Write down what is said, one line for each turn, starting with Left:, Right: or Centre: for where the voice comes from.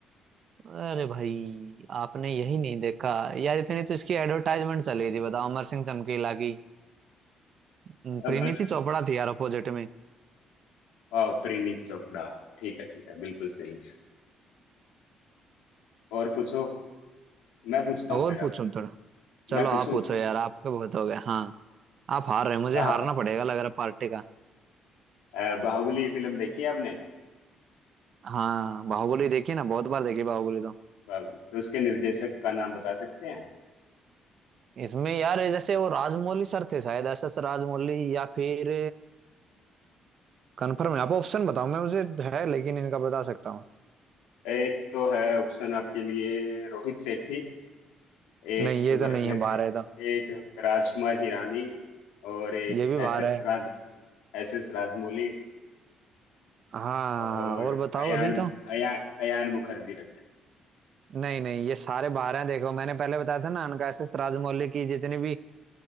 Right: अरे भाई आपने यही नहीं देखा यार इतनी तो इसकी एडवर्टाइजमेंट चली थी बताओ अमर सिंह चमकीला की हम्म,
Left: अब
Right: परिणीति
Left: बस
Right: चोपड़ा थी यार अपोजिट में
Left: अ, परिणीत चोपड़ा ठीक है ठीक है बिल्कुल सही और पूछो मैं पूछता
Right: और
Left: हूँ फिर आप
Right: पूछूं थोड़ा चलो
Left: मैं
Right: आप
Left: पूछूं
Right: पूछो यार आपका बहुत हो गया हाँ आप हार रहे हैं मुझे
Left: बाह
Right: हारना पड़ेगा लग रहा पार्टी का
Left: अ, बाहुबली फिल्म देखी है आपने
Right: हाँ बाहुबली देखी ना बहुत बार देखी बाहुबली तो
Left: बाहुबली तो उसके निर्देशक का नाम बता सकते हैं
Right: इसमें यार जैसे वो राजमौली सर थे शायद एस एस राजमौली या फिर कंफर्म है आप ऑप्शन बताओ मैं मुझे है लेकिन इनका बता सकता हूँ
Left: एक तो है ऑप्शन आपके लिए रोहित सेठी एक
Right: नहीं ये
Left: मैं
Right: तो
Left: रख
Right: नहीं
Left: लेते
Right: है बारह
Left: हैं
Right: है तो
Left: एक राजकुमार हिरानी और एक
Right: ये भी
Left: एस
Right: बारह
Left: एस
Right: है
Left: राज एस एस राजमौली
Right: हाँ
Left: और
Right: और बताओ
Left: अयान
Right: अभी तो
Left: अयान अयान मुखर्जी रख लेते
Right: नहीं नहीं ये सारे बारह हैं देखो मैंने पहले बताया था ना उनका एस एस राजमौली की जितनी भी